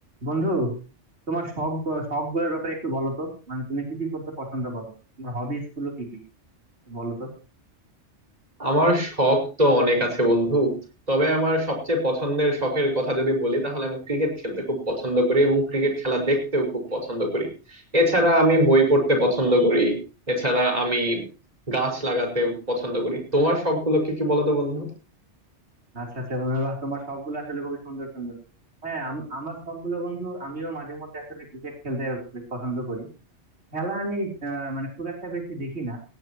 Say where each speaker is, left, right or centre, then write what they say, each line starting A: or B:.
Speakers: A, on the right; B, on the right.
A: বন্ধু তোমার শখ শখ গুলোর ব্যাপারে একটু বলো তো মানে তুমি কি কি করতে পছন্দ করো তোমার হবিস গুলো কি কি একটু বলো তো
B: আমার শখ তো অনেক আছে বন্ধু তবে আমার সবচেয়ে পছন্দের শখের কথা যদি বলি তাহলে আমি ক্রিকেট খেলতে খুব পছন্দ করি এবং ক্রিকেট খেলা দেখতেও খুব পছন্দ করি এছাড়া আমি বই পড়তে পছন্দ করি এছাড়া আমি গাছ লাগাতে পছন্দ করি তোমার শখগুলো কি কি বলো তো বন্ধু
A: আচ্ছা আচ্ছা বন্ধু বাহ, তোমার শখ গুলো আসলে খুবই সুন্দর সুন্দর হ্যাঁ আম- আমার শখ গুলো বন্ধু আমিও মাঝে মধ্যে আসলে ক্রিকেট খেলতে বেশ পছন্দ করি খেলা আমি আহ, মানে খুব একটা বেশি দেখি না